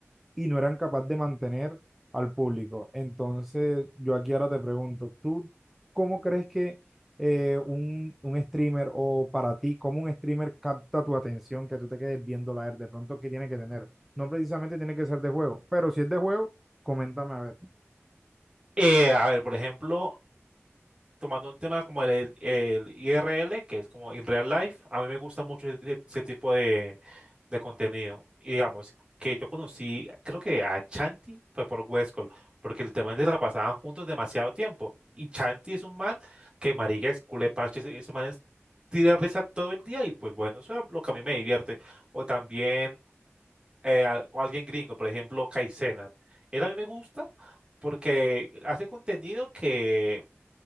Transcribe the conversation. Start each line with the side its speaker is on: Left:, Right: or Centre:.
Centre: y no eran capaces de mantener al público. Entonces, yo aquí ahora te pregunto, ¿tú cómo crees que eh, un, un streamer o para ti, cómo un streamer capta tu atención, que tú te quedes viendo la de pronto, qué tiene que tener? No precisamente tiene que ser de juego, pero si es de juego, coméntame a ver.
Right: Eh, a ver, por ejemplo, tomando el tema como el, el IRL, que es como in real life, a mí me gusta mucho ese, ese tipo de, de contenido. Y digamos que yo conocí, creo que a Chanti fue por Westcol, porque literalmente la pasaban juntos demasiado tiempo. Y Chanti es un man que marica es culé parche, ese, ese man es tira risa todo el día y pues bueno, eso es lo que a mí me divierte. O también eh, al- o alguien gringo, por ejemplo, Kai Cenat. Él a mí me gusta porque hace contenido que